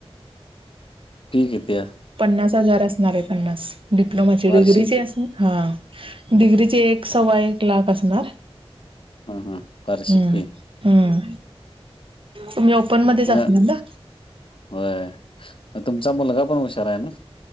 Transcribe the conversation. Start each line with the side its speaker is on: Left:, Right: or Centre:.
Left: क कती
Right: पन्नास हजार असणारे पन्नास डिप्लोमाची
Left: वार्षिक
Right: डिग्रीची असणार हा डिग्रीचे एक सव्वा एक लाख असणार
Left: हा हा वार्षिक
Right: हम्
Left: फी
Right: हम्म तुम्ही ओपन मध्येच
Left: मग
Right: असणार ना
Left: होय तुमचा मुलगा पण हुशार आहे ना